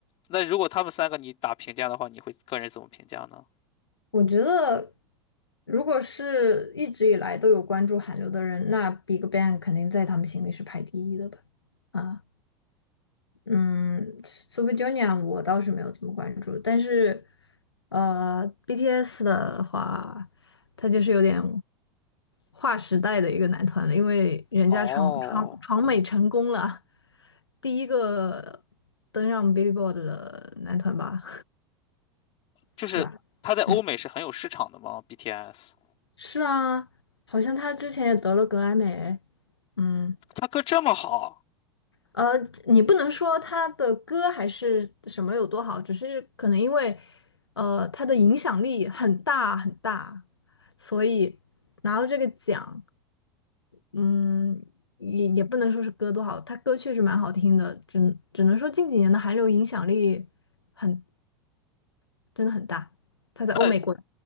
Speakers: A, on the left; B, on the left.
A: 那如果他们三个你打评价的话，你会个人怎么评价呢？
B: 我觉得，如果是一直以来都有关注韩流的人，那 BigBang 肯定在他们心里是排第一的吧？啊。嗯，Super Junior 我倒是没有怎么关注，但是，呃，BTS 的话，他就是有点划时代的一个男团了，因为人家闯闯闯美成功了，
A: 哦。
B: 第一个登上 Billboard 的男团吧，
A: 就是他在欧美是很有市场的吗？BTS，
B: 是吧？嗯，是啊，好像他之前也得了格莱美，嗯，
A: 他歌这么好，
B: 呃，你不能说他的歌还是什么有多好，只是可能因为，呃，他的影响力很大很大，所以拿到这个奖，嗯，也也不能说是歌多好，他歌确实蛮好听的，只只能说近几年的韩流影响力很，真的很大，他在欧美国家
A: 那